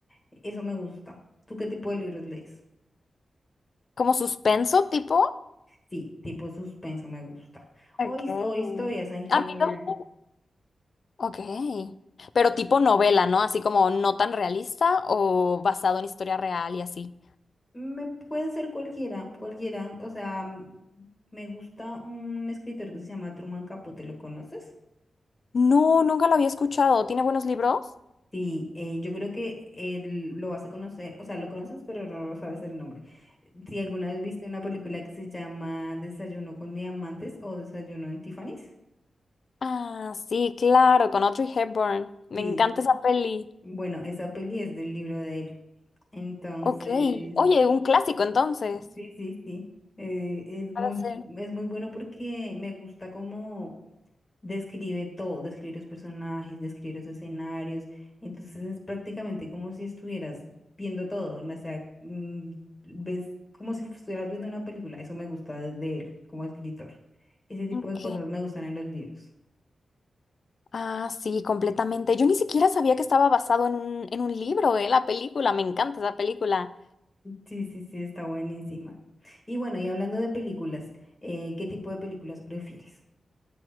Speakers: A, on the left; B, on the left.
A: Eso me gusta. ¿Tú qué tipo de libros lees?
B: ¿Como suspenso tipo?
A: Sí, tipo suspenso me gusta.
B: Okay.
A: O, his- o historias en general.
B: A mí tampoco. Ok. Pero tipo novela, ¿no? Así como no tan realista o basado en historia real y así.
A: Me puede ser cualquiera, cualquiera. O sea, mm, me gusta un escritor que se llama Truman Capote, ¿lo conoces?
B: No, nunca lo había escuchado. ¿Tiene buenos libros?
A: Sí, eh, yo creo que él lo vas a conocer, o sea, lo conoces, pero no lo sabes el nombre. Si alguna vez viste una película que se llama Desayuno con Diamantes o Desayuno en Tiffany's.
B: Ah, sí, claro, con Audrey Hepburn. Me
A: Sí,
B: encanta esa peli.
A: bueno, esa peli es del libro de él. Entonces,
B: Ok. Oye, un clásico entonces.
A: Sí, sí, sí. Eh, es muy,
B: Va a ser.
A: es muy bueno porque me gusta cómo describe todo, describe los personajes, describe los escenarios. Entonces es prácticamente como si estuvieras viendo todo, ¿no? O sea, mm, ves como si estuvieras viendo una película. Eso me gusta de, de él como escritor. Ese tipo
B: Ok.
A: de cosas me gustan en los libros.
B: Ah, sí, completamente. Yo ni siquiera sabía que estaba basado en un, en un libro, eh, la película. Me encanta esa película.
A: Sí, sí, sí, está buenísima. Y bueno, y hablando de películas, eh, ¿qué tipo de películas prefieres?